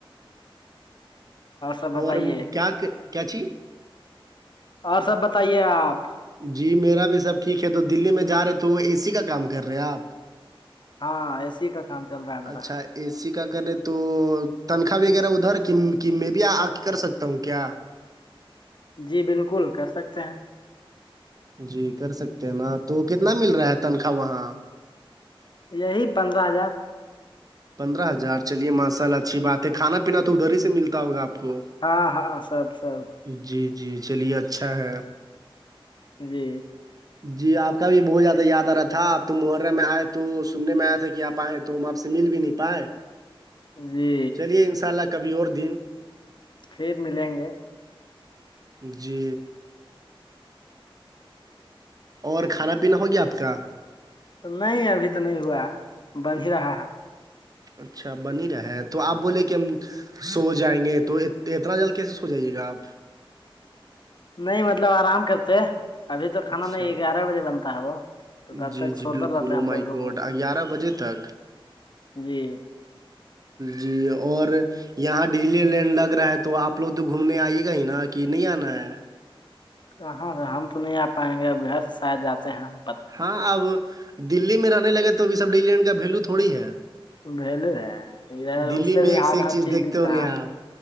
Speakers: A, on the left (about 55°); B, on the right (about 40°).
A: سب
B: اور
A: بتائیے
B: کیا کیا چی
A: اور سب بتائیے آپ
B: جی میرا بھی سب ٹھیک ہے تو دلی میں جا رہے تو اے سی کا کام کر رہے آپ
A: ہاں اے سی کا کام چل رہا ہے میرا
B: اچھا اے سی کا کرے تو تنخواہ وغیرہ ادھر کہ کہ میں بھی آ کے کر سکتا ہوں کیا
A: جی بالکل کر سکتے ہیں
B: جی کر سکتے ہیں نا تو کتنا مل رہا
A: ہ
B: ہے تنخواہ وہاں
A: یہی پندرہ ہزار
B: پندرہ ہزار چلیے ماشاء اللہ اچھی بات ہے کھانا پینا تو ادھر ہی سے ملتا ہوگا آپ کو
A: ہاں ہاں سب سب
B: جی جی چلیے اچھا ہے
A: جی
B: جی آپ کا بھی بہت زیادہ یاد آ رہا تھا آپ تو محرہ میں آئے تو سننے میں آیا تھا کہ آپ آئےیں تو ہم آپ سے مل بھی نہیں پائے
A: جی
B: چلیے ان شاء اللہ کبھی اور دن
A: پھر ملیں گے
B: جی اور کھانا پینا ہو گیا آپ کا
A: نہیں ابھی تو نہیں ہوا بن ہی رہا ہے
B: اچھا بنی رہا ہے تو آپ بولے کہ ہم سو جائیں گے تو اتنا جلد کیسے سو جائیے گا آپ
A: نہیں مطلب آرام کرتے ابھی تو کھانا
B: اچھا
A: نہیں گیارہ بجے بنتا ہے وہ تو تب
B: جی
A: تک
B: جی
A: سوتا
B: بالکل
A: رہتا ہے
B: ا
A: ہم
B: مائی
A: لوگ روم
B: گوڈ
A: میں
B: گگیارہ بجے تک
A: جی
B: جی اور یہاں ڈجلی لینڈ لگ رہا ہے تو آپ لوگ تو گھومنے آئیے گا ہی نا کہ نہیں آنا ہے
A: کہاں سے ہم تو نہیں آ پائیں گے اب گھر سے س آد جاتے ہیں ہم
B: ہاں اب دللی میں رہنے لگے تو ابھی سب ڈی لینڈ کا ویلو تھوڑی ہے
A: ویلو ہےھر
B: دلی
A: اس سے
B: میں
A: بھی
B: ایک
A: ہاتھ
B: ایک
A: ہر چیز
B: دیکھتے
A: دکھتا
B: ہوں گے
A: ہے
B: آپ